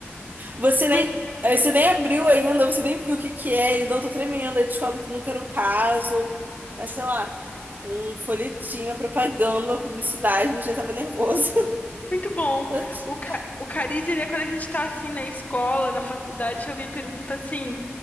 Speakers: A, on the right; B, on the left.
A: Você nem,
B: Hum,
A: eh, você nem abriu ainda, você nem viu o que que é, então eu tô tremendo. Aí descobre que nunca era um caso, mas sei lá, um folhetinho, uma propaganda, uma publicidade, ele já tava nervoso.
B: muito bom.
A: <laughs>
B: O, ca, o cariz, ele é quando a gente tá assim na escola, na faculdade, que alguém pergunta assim: